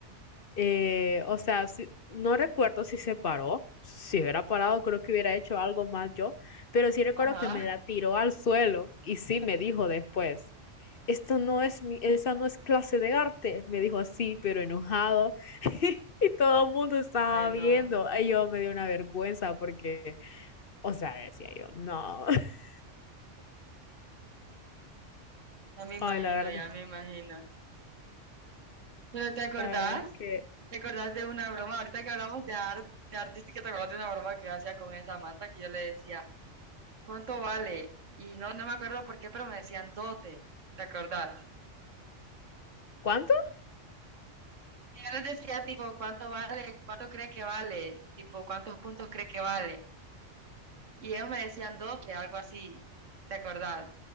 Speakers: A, on the left; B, on the right.
A: Eh, o sea, si- no recuerdo si se paró. Si hubiera parado, creo que hubiera hecho algo más yo. Pero sí recuerdo
B: Ajá.
A: que me la tiró al suelo y sí me dijo después. Esto no es mi, esa no es clase de arte, me dijo así, pero enojado. <laughs> Y todo el mundo estaba
B: Ay, no,
A: viendo. Y yo me dio una vergüenza porque, o sea, decía yo, no. <laughs>
B: ya me imagino,
A: Ay, la verdad,
B: ya me imagino. Pero ¿te acordás?
A: la verdad es que.
B: ¿Te acordás de una broma? Ahorita que hablamos de arte, de artística, ¿te acordás de una broma que yo hacía con esa manta que yo le decía, ¿cuánto vale? Y no, no me acuerdo por qué, pero me decían doce. ¿Te acordás?
A: ¿Cuánto?
B: Y yo les decía, tipo, ¿cuánto vale? ¿Cuánto cree que vale? Tipo, ¿cuántos puntos cree que vale? Y ellos me decían 12, algo así. ¿Te acordás?